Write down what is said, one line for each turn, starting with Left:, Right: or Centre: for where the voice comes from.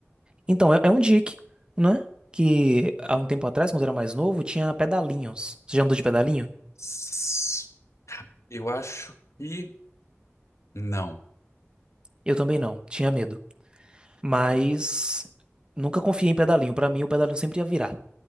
Right: Então, é, é um dique, né? Que há um tempo atrás, quando eu era mais novo, tinha pedalinhos. Você já andou de pedalinho?
Left: S- Eu acho que não.
Right: Eu também não. Tinha medo. Mas nunca confiei em pedalinho. Pra mim, o pedalinho sempre ia virar.